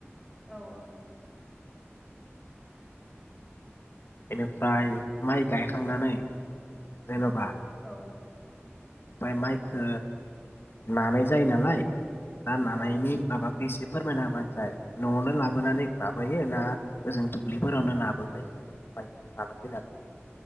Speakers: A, in the centre; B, on the left (about 55°).
A: औ औ।
B: बेनिफ्राय माइ गायखां खांनानै जेन'बा
A: औ।
B: ओमफाय माइखो नानाय जायो नालाय दा नानायनि
A: औ
B: माबाखो एसे फोरमायना होबानो जाय न'आवनो लाबोनानै माबायो ना ओजों दुब्लिफोरावनो नाबोखायो <unintelligible>